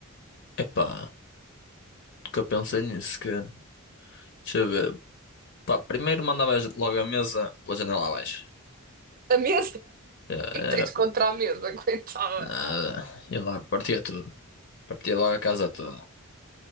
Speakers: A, on the left; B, on the right.
A: Epá, que eu pensei nisso, cara. Deixa eu ver. Pá, primeiro mandavas logo a mesa pela janela abaixo.
B: a mesa? <laughs>
A: Já
B: O que
A: era
B: é que tens contra a mesa, coitada?
A: nada. E logo partia tudo. Partia logo a casa toda.